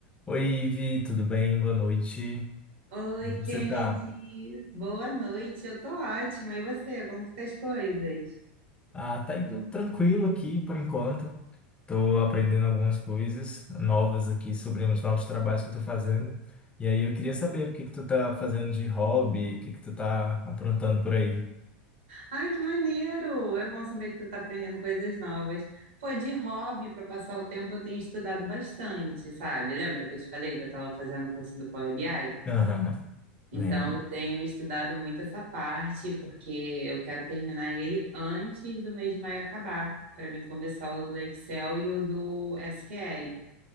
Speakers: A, on the left (about 20°); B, on the right (about 85°).
A: Oi, Ivi, tudo bem? Boa noite.
B: Oi,
A: Como
B: Kennedy.
A: Você tá?
B: Boa noite. Eu tô ótima. E você? Como que tá as coisas?
A: Ah, tá indo tranquilo aqui por enquanto. Tô aprendendo algumas coisas novas aqui sobre os novos trabalhos que eu tô fazendo. E aí eu queria saber o que que tu tá fazendo de hobby, o que que tu tá aprontando por aí.
B: Ai, que maneiro! É bom saber que tu tá aprendendo coisas novas. Pô, de hobby, para passar o tempo, eu tenho estudado bastante, sabe? Lembra que eu te falei que eu tava fazendo o curso do Power BI?
A: Aham,
B: Então,
A: lembro.
B: eu tenho estudado muito essa parte, porque eu quero terminar ele antes do mês de maio acabar, para mim começar o do Excel e o do SQL.